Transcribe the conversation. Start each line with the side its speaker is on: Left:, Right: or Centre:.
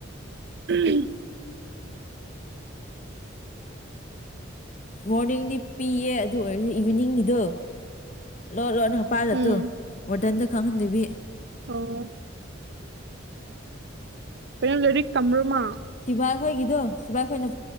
Right: ꯎꯝ
Left: ꯃꯣꯔꯅꯤꯡꯗꯤ ꯄꯤꯌꯦ ꯑꯗꯨ ꯑꯣꯏꯔꯁꯨ ꯏꯚꯤꯅꯤꯡꯒꯤꯗꯣ ꯂꯣ ꯂꯣ ꯪ ꯄꯥꯏꯜꯂꯠꯇꯣ
Right: ꯎꯝ
Left: ꯑꯣꯇꯟꯗ ꯈꯪꯍꯟꯗꯕꯤ
Right: ꯑꯣ ꯀꯩꯅꯣ ꯂꯩꯔꯤ ꯀꯝꯔꯃꯥ
Left: ꯁꯤꯕꯥ ꯑꯩꯈꯣꯏꯒꯤꯗꯣ ꯁꯤꯕꯥ ꯑꯩꯈꯣꯏꯅ